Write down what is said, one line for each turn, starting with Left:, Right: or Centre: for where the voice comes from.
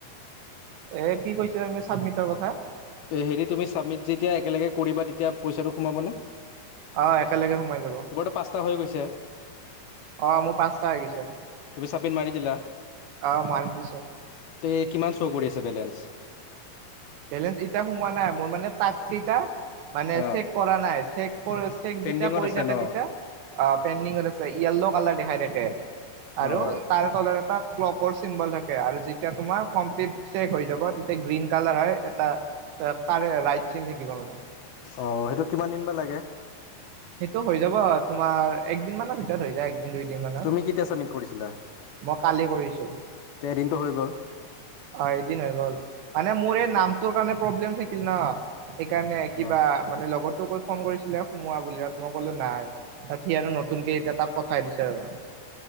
Right: এ কি কৈছিলা তুমি চাবমিটৰ কথা?
Left: এ হেৰি তুমি চাবমিট যেতিয়া একেলগে কৰিবা তেতিয়া পইচাটো সোমাব নে?
Right: অ' একেলগে সোমাই যাব।
Left: তোমাৰটো পাঁচটা হৈ গৈছে?
Right: অ' মোৰ পাঁচটা হৈ গৈছে।
Left: তুমি চাবমিট মাৰি দিলা
Right: অ' মই আনি দিছো।
Left: তে কিমান শ্ব' কৰি আছে বেলেঞ্চ?
Right: বেলেঞ্চ এতিয়া সোমোৱা নাই, মোৰ মানে টাক্স কেইটা মানে
Left: অ'
Right: চেক কৰা নাই চেক চেক
Left: পেণ্ডিঙত
Right: যেতিয়া কৰি
Left: আছে
Right: থাকে
Left: ন
Right: তেতিয়া পেইণ্ডিঙত আছে য়েল্ল' কালাৰ দেখাই থাকে। আৰু
Left: অ'
Right: তাৰ তলত এটা ক্লকৰ চিম্বল থাকে। আৰু যেতিয়া তোমাৰ কমপ্লিট চেক হৈ যাব তেতিয়া গ্ৰীণ কালাৰ হয়। এটা কাৰ ৰাইট চিন থাকিব মানে।
Left: অ সেইটো কিমান দিন বা লাগে?
Right: সেইটো হৈ যাব তোমাৰ একদিন মান হৈ যায় একদিন দুইদিন মানৰ
Left: তুমি কেতিয়া চাবমিট কৰিছিলা
Right: মই কালি কৰিছো।
Left: তে এদিনটো হৈ গ'ল?
Right: অ' এদিন হৈ গ'ল। মানে মোৰ এই নামটোৰ কাৰণে প্ৰব্লেম থাকিল ন? সেইকাৰণে কিবা
Left: অ'
Right: মানে লগৰটো ফোন কৰিছিলে সোমোৱা বুলি তাত, মই ক'লো নাই। তাত সি আৰু নতুনকে এতিয়া তাক পঠাই দিছে ৰ।